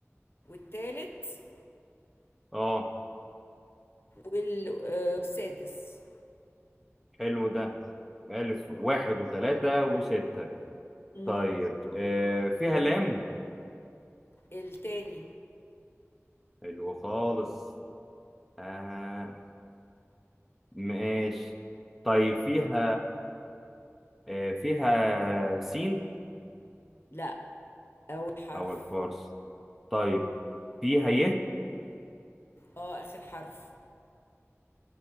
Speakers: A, on the left; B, in the centre.
A: والتالت
B: اه
A: وال- آه، والسادس
B: حلو ده ألف واحد وثلاثة وستة
A: مم.
B: طيب آه فيها لام
A: التاني
B: حلو خالص آه ماشي طيب فيها آه فيها سين
A: لا أول حرف
B: أو الفرس طيب فيها ي
A: اه آخر حرف